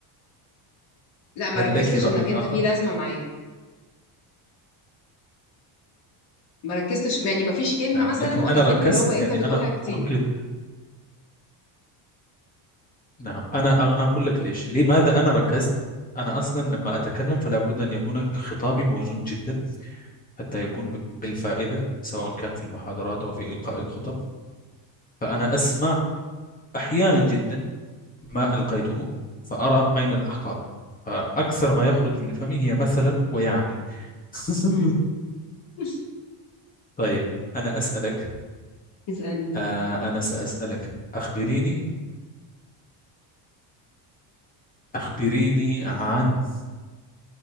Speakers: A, on the left (about 55°); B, on the left (about 15°).
A: لا ما
B: هل
A: ركزتش
B: لك رأي
A: انك
B: آخر
A: انت في لازمة معاك ما ركزتش يعني ما فيش كلمة
B: نعم
A: مثلا
B: لكن
A: وقفتني
B: أنا ركزت
A: اللي هو انت
B: لأني
A: بتقولها
B: أنا
A: كتير
B: أركز نعم أنا أنا أقول لك ليش لماذا أنا ركزت أنا أصلا لما أتكلم فلا بد أن يكون خطابي موزون جدا حتى يكون ب- بالفائدة سواء كان في المحاضرات أو في إلقاء الخطب فأنا أسمع أحيانا جدا ما ألقيته فأرى أين الأخطاء فأكثر ما يخرج من فمي هي مثلا ويعني <laughs>
A: امم <laughs>
B: طيب أنا أسألك
A: اسألني
B: آه أنا سأسألك أخبريني أخبريني عن